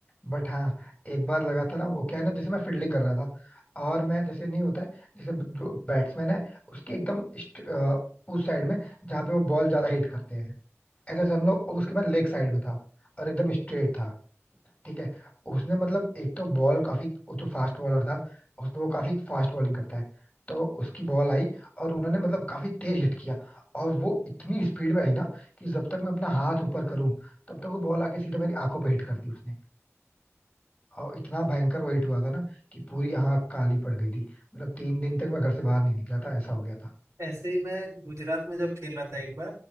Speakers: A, on the left; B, on the right.
A: बट हाँ एक बार लगा था ना वो क्या है ना जैसे मैं फील्डिंग कर रहा था और मैं जैसे नहीं होता है जैसे ब- जो बैट्समैन है उसके एकदम स्ट- अ, उस साइड में जहाँ पे वो बॉल ज्यादा हिट करते हैं ऐसा जैसे हम लोग उसके मैं लेग साइड में था और एकदम स्ट्रेट था ठीक है उसने मतलब एक तो बॉल काफी वो जो फास्ट बॉलर था उसने वो काफी फास्ट बॉलिंग करता है तो उसकी बॉल आई और उन्होंने मतलब काफी तेज हिट किया और वो इतनी स्पीड में आई ना कि जब तक मैं अपना हाथ ऊपर करूं तब तक वो बॉल आके सीधे मेरी आंखों पे हिट कर दी उसने और इतना भयंकर वो हिट हुआ था ना कि पूरी आंख काली पड़ गई थी मतलब तीन दिन तक मैं घर से बाहर नहीं निकला था ऐसा हो गया था
B: ऐसे ही मैं गुजरात में जब खेल रहा था एक बार